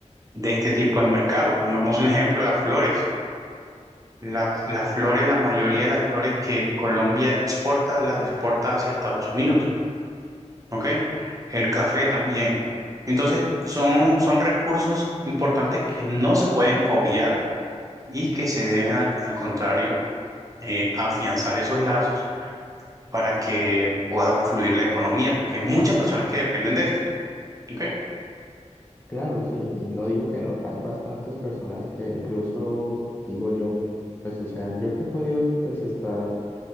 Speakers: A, on the right (about 30°); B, on the left (about 15°).
A: de este tipo de mercado. Pongamos un ejemplo, las flores. La- las flores, la mayoría de las flores que Colombia exporta, las exporta hacia Estados Unidos, ¿ok? El café también. Entonces, son, son recursos importantes que no se pueden obviar y que se deben al, al contrario eh, afianzar esos lazos para que pueda fluir la economía, porque hay muchas personas que dependen de esto. ¿ok?
B: Claro, sí, y no digo que no, hay bastantes personas que incluso, digo yo, un- pues o sea, yo que he podido pues estar